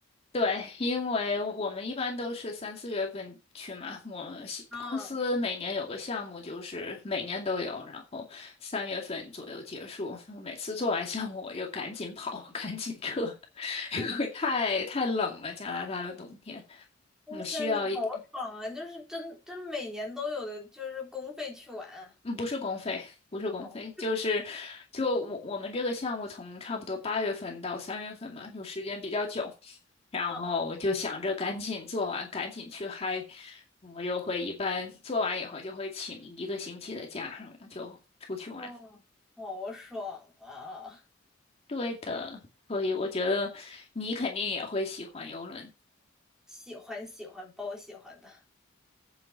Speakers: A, on the left (about 30°); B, in the centre.
A: 对，因为我们一般都是三四月份去嘛。我西公司每年有个项目，
B: 啊，
A: 就是每年都有，然后三月份左右结束。我每次做完项目，我就赶紧跑，<laughs> 赶紧撤，<laughs>
B: 哦，
A: 因为太太冷了，加拿大的冬天，
B: 哇塞，
A: 我需要一点。
B: 你好爽啊！就是真真每年都有的，就是公费去玩啊。
A: 嗯，不是公费，不是公费，
B: 哦，
A: 就是就我我们这个项目从差不多八月份到三月份嘛，就时间比较久，然后就想着赶紧做完，
B: 嗯嗯，
A: 赶紧去嗨，我就会一般做完以后就会请一个星期的假，然后就出去玩。
B: 哦，好爽啊！
A: 对的，所以我觉得你肯定也会喜欢游轮。
B: 喜欢喜欢，包喜欢的。